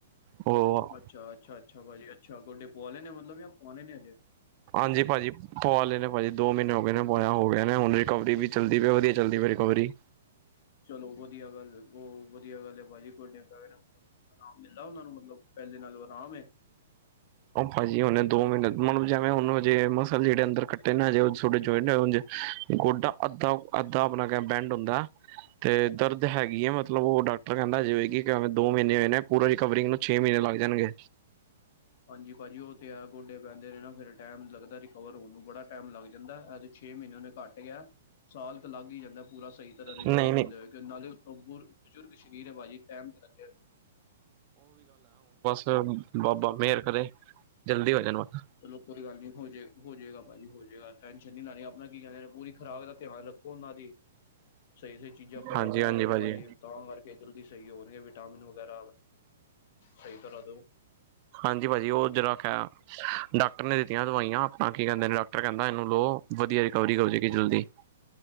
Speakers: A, on the right; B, on the left.
A: ਉਹ
B: ਅੱਛਾ ਅੱਛਾ ਅੱਛਾ ਭਾਜੀ ਅੱਛਾ ਗੋਡੇ ਪਵਾ ਲੇ ਨੇ ਮਤਲਬ, ਯਾ ਪਵਾਣੇ ਨੇ ਹਜੇ
A: ਹਾਂਜੀ ਭਾਜੀ ਪੁਆ ਲੇਨੇ ਪਾਜੀ ਦੋ ਮੀਨੇ ਹੋ ਗਏ ਨੇ ਪੁਆਈਆ ਹੋ ਗਿਆ ਨੇ ਹੁਣ ਰਿਕਵਰੀ ਵੀ ਚੱਲਦੀ ਪਈ ਵਧੀਆ ਚੱਲਦੀ ਪਈ ਰਿਕਵਰੀ।
B: ਚਲੋ ਵੱਧੀਆ ਗੱਲ ਅ ਓ ਵੱਧੀਆ ਗੱਲ ਐ ਪਾਜੀ ਤੁਆਡੇ ਡਾਏਰ ਏ ਮਤਲਬ ਆਰਾਮ ਮਿਲਦਾ ਓਨਾ ਨੂੰ ਮਤਲਬ ਪੇਲੇ ਨਾਲੋਂ ਆਰਾਮ ਏ?
A: ਓ ਪਾਜੀ ਓਨੇ ਦੋ ਮੀਨੇ ਮਤਲਬ ਜਾਨਾ ਓਨੇ ਹਜੇ ਮਸਲ ਜੇੜੇ ਅੰਦਰ ਕੱਟੇ ਨਾ ਹਜੇ ਥੋੜੇ ਜੁੜੇ ਨਈ ਹੋਣਗੇ। ਗੋਡਾ ਅੱਧਾ-ਅੱਧਾ ਆਪਣਾ ਕ ਬੈਂਡ ਹੁੰਦਾ। ਤੇ ਦਰਦ ਹੈਗੀ ਹੈ ਮਤਲਬ ਉਹ ਡਾਕ ਡਾਕਟਰ ਕੇਂਦਾ ਹਜੇ ਹੋਏਗੀ ਕਿਵੇਂ ਦੋ ਮੀਨੇ ਹੋਏ ਨੇ ਪੂਰਾ ਰਿਕਵਰਿੰਗ ਨੂੰ ਛੇ ਮਹੀਨੇ ਲੱਗ ਜਾਣਗੇ।
B: ਹਾਂਜੀ ਪਾਜੀ ਓ ਤੇ ਹੈ ਗੋਡੇ ਪੇਂਦੇ ਨੇ ਨਾ ਫੇਰ ਟੈਮ ਲੱਗਦਾ ਰਿਕਵਰ ਹੋਣ ਨੂੰ ਬੜਾ ਟਾਈਮ ਲੱਗ ਜਾਂਦਾ ਏ ਛੇ ਮੀਨੇ ਓਨੇ ਘੱਟ ਕੇਆ, ਸਾਲ ਤਾ ਲੱਗ ਈ ਜਾਂਦਾ ਪੂਰਾ ਸਈ ਤਰ੍ਹਾਂ ਰਿਕਵਰ
A: ਨਹੀਂ
B: ਹੁੰਦੇ
A: ਨਹੀਂ
B: ਹੋਏ। ਤੇ ਨਾਲੇ ਉਤੋਂ ਬੁਰ ਬਜ਼ੁਰਗ ਸ਼ਰੀਰ ਐ ਪਾਜੀ ਟੈਮ ਤੇ ਲੱਗੇਗਾ।
A: ਚਲੋ ਬਾਬਾ ਮੇਰ ਕਰੇ, ਜਲਦੀ ਹੋ ਜਾਣ ਹੁਣ।
B: ਚਲੋ ਕੋਈ ਗੱਲ ਨੀ ਹੋ ਹੋਜੇਗਾ ਪਾਜੀ ਹੋਜੇਗਾ ਟੈਸ਼ਨ ਨੀ ਲੈਣੀ ਆਪਣਾ ਕੀ ਕੇਂਦੇ ਪੂਰੀ ਖੁਰਾਕ ਦਾ ਧਿਆਨ ਰੱਖੋ। ਓਨਾਂ ਦੀ, ਸਈ -ਸਈ ਚੀਜ਼ਾਂ ਖਵਾਆ
A: ਹਾਂਜੀ
B: ਪਿਆਏਆ
A: ਹਾਂਜੀ
B: ਕਰੋ
A: ਭਾਜੀ
B: ਪਾਜੀ ਤਾ ਕਰਕੇ ਜਲਦੀ ਸਈ ਹੋ ਰਏ ਆ ਵਿਟਾਮਿਨ ਵਗੈਰਾ ਸਈ ਤਰਾ ਦੋ।
A: ਹਾਂਜੀ ਭਾਜੀ ਉਹ ਜਰਾ ਡਾਕਟਰ ਨੇ ਦਿੱਤੀਆਂ ਦਵਾਈਆਂ ਆਪਣਾ ਕੀ ਕੇਂਦੇ ਨੇ ਡਾਕਟਰ ਕੇਂਦਾ ਏਨੂੰ ਲੋਓ ਵੱਧੀਆ ਰਿਕਵਰੀ ਹੋ ਜਾਏਗੀ ਜਲਦੀ।